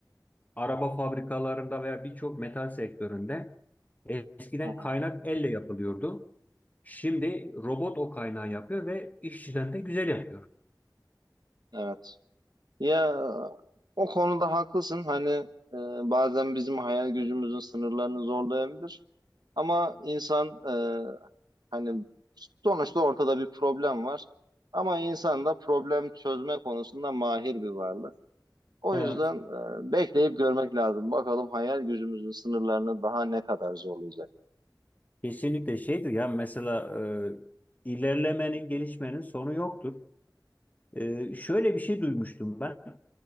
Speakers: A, on the left; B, on the right.
A: araba fabrikalarında veya birçok metal sektöründe eskiden
B: Hı hı.
A: kaynak elle yapılıyordu. Şimdi robot o kaynağı yapıyor ve işçiden de güzel yapıyor.
B: Evet. Ya o konuda haklısın. Hani e, bazen bizim hayal gücümüzün sınırlarını zorlayabilir. Ama insan e, hani sonuçta ortada bir problem var. Ama insan da problem çözme konusunda mahir bir varlık. O
A: Evet.
B: yüzden e, bekleyip görmek lazım. Bakalım hayal gücümüzün sınırlarını daha ne kadar zorlayacak.
A: Kesinlikle şeydir ya mesela e, ilerlemenin, gelişmenin sonu yoktur. E, şöyle bir şey duymuştum ben.